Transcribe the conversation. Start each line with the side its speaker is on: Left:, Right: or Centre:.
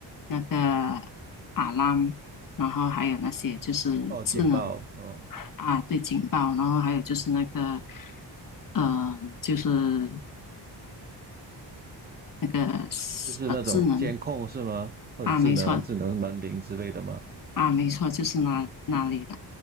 Left: 那个 alarm，然后还有那些就是智能
Right: 哦，警报，哦，
Left: 啊对警报，然后还有就是那个呃就是那个
Right: 就是那种监控是吗？
Left: 呃智能
Right: 或者智能智能门铃之类的吗？
Left: 啊没错啊没错就是那那里的。